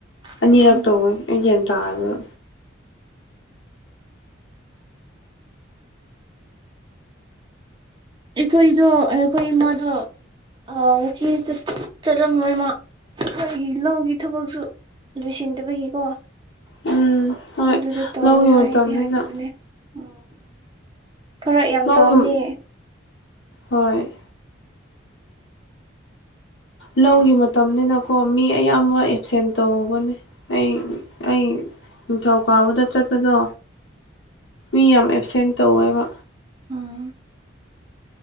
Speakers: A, on the right; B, on the left.
A: ꯑꯩꯈꯣꯏꯗꯣ
B: ꯑꯅꯤꯔꯛ ꯇꯧꯋꯦ ꯑꯩ ꯒ꯭ꯌꯥꯟ ꯇꯥꯗꯅ
A: ꯑꯩꯈꯣꯏꯖꯨ ꯑꯩꯈꯣꯏ ꯏꯃꯥꯗꯣ ꯑ ꯉꯁꯤ ꯆꯠ ꯆꯠꯂꯝꯂꯣꯏꯃ ꯑꯩꯈꯣꯏꯒꯤ ꯂꯧꯒꯤ ꯊꯕꯛꯁꯨ ꯂꯣꯏꯁꯤꯟꯗꯕꯒꯤꯀꯣ
B: ꯎꯝ ꯍꯣꯏ
A: ꯑꯗꯨꯗꯨ ꯇꯧꯋꯦ
B: ꯂꯧꯒꯤ
A: ꯍꯥꯏꯗꯤ
B: ꯃꯇꯝꯅꯤꯅ
A: ꯍꯥꯏꯈꯤꯕꯅꯦ ꯎꯝ ꯐꯔꯛ ꯌꯥꯝ
B: ꯂꯧꯒꯤ
A: ꯇꯥꯕꯅꯤ
B: ꯍꯣꯏ ꯂꯧꯒꯤ ꯃꯇꯝꯅꯤꯅꯀꯣ ꯃꯤ ꯑꯌꯥꯝꯕ ꯑꯦꯞꯁꯦꯟ ꯇꯧꯕꯅꯦ ꯑꯩ ꯑꯩ ꯅꯤꯡꯊꯧ ꯀꯥꯕꯗ ꯆꯠꯄꯗꯣ ꯃꯤ ꯌꯥꯝ ꯑꯦꯞꯁꯦꯟ ꯇꯧꯋꯦꯕ
A: ꯎꯝ